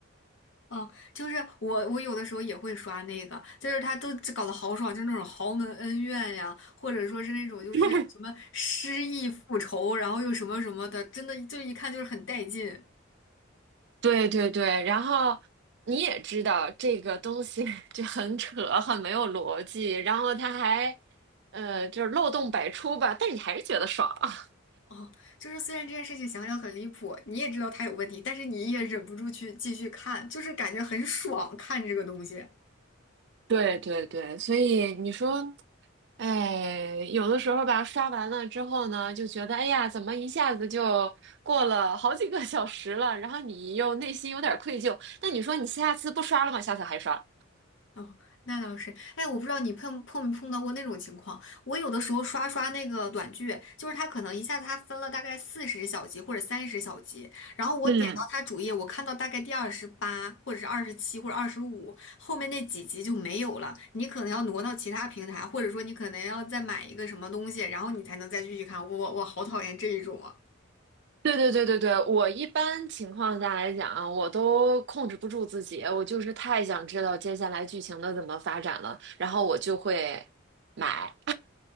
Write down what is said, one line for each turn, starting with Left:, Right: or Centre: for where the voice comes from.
Left: 啊，就是我，我有的时候也会刷那个，就是他都搞得好爽，就是那种豪门恩怨呀，或者说是那种就是什么失忆复仇，
Right: <laughs>
Left: 然后又什么什么的，真的就一看就是很带劲。
Right: 对对对，然后你也知道这个东西 <laughs> 就很扯，很没有逻辑，然后它还呃就是漏洞百出吧，但是你还是觉得爽。<laughs>
Left: 哦，就是虽然这件事情想想很离谱，你也知道他有问题，但是你也忍不住去继续看，就是感觉很爽看这个东西。
Right: 对对对，所以你说，哎，有的时候吧，刷完了之后呢，就觉得哎呀，怎么一下子就过了好几个小时了，然后你又内心有点愧疚，那你说你下次不刷了吗？下次还刷？
Left: 哦，那倒是。哎，我不知道你碰碰没碰到过那种情况。我有的时候刷刷那个短剧，就是他可能一下子他分了大概四十小集或者三十小集，然后我点到他主页，
Right: 嗯。
Left: 我看到大概第二十八或者是二十七或者二十五，后面那几集就没有了。你可能要挪到其他平台，或者说你可能要再买一个什么东西，然后你才能再继续看。我我我好讨厌这一种啊，
Right: 对对对对对，我一般情况下来讲啊，我都控制不住自己，我就是太想知道接下来剧情的怎么发展了，然后我就会买。